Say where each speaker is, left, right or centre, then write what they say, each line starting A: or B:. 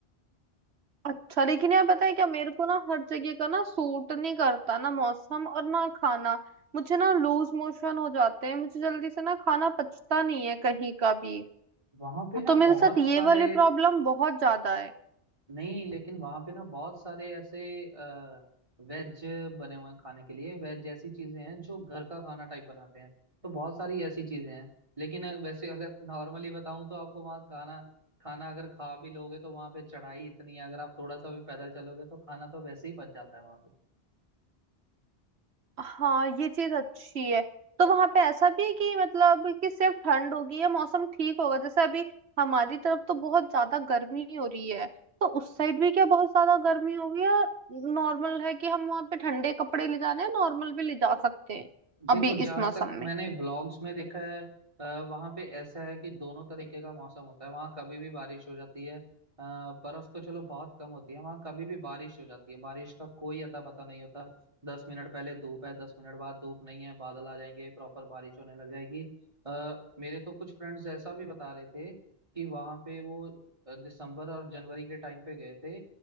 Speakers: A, on the right; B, on the right.
A: अच्छा लेकिन यार पता है क्या मेरे को ना हर जगह का ना सूट नहीं करता ना मौसम और ना खाना मुझे ना लूज मोशन हो जाते हैं मुझे जल्दी से ना खाना पचता नहीं है कहीं का भी
B: वहाँ पे ना
A: तो मेरे
B: बहुत
A: साथ ये
B: सारे
A: वाली प्रॉब्लम बहुत ज्यादा है
B: नहीं लेकिन वहां पे ना बहुत सारे ऐसे आ, वेज बने हुए हैं खाने के लिए वेज जैसी चीजें हैं जो घर का खाना टाइप बनाते हैं तो बहुत सारी ऐसी चीजें हैं लेकिन अ, वैसे अगर नॉर्मली बताऊं तो आपको वहाँ खाना खाना अगर खा भी लोगे तो वहां पे चढ़ाई इतनी है अगर आप थोड़ा सा भी पैदल चलोगे तो खाना तो वैसे ही पच जाता है वहां पे
A: हाँ ये चीज अच्छी है तो वहां पे ऐसा भी है कि मतलब कि सिर्फ ठंड होगी या मौसम ठीक होगा जैसे अभी हमारी तरफ तो बहुत ज्यादा गर्मी हो रही है तो उस साइड भी क्या बहुत ज्यादा गर्मी होगी या नॉर्मल है कि हम वहां पे ठंडे कपड़े ले जाने हैं नॉर्मल भी ले जा सकते हैं
B: देखो
A: अभी
B: जहां
A: इस मौसम
B: तक
A: में
B: मैंने व्लॉग्स में देखा है आ, वहां पे ऐसा है कि दोनों तरीके का मौसम होता है वहां कभी भी बारिश हो जाती है आ, बर्फ तो चलो बहुत कम होती है वहां कभी भी बारिश हो जाती है बारिश का कोई अता पता नहीं होता दस मिनट पहले धूप है दस मिनट बाद धूप नहीं है बादल आ जाएंगे प्रॉपर बारिश होने लग जाएगी आ, मेरे तो कुछ फ्रेंड्स ऐसा भी बता रहे थे कि वहां पे वो अ, दिसंबर और जनवरी के टाइम पे गए थे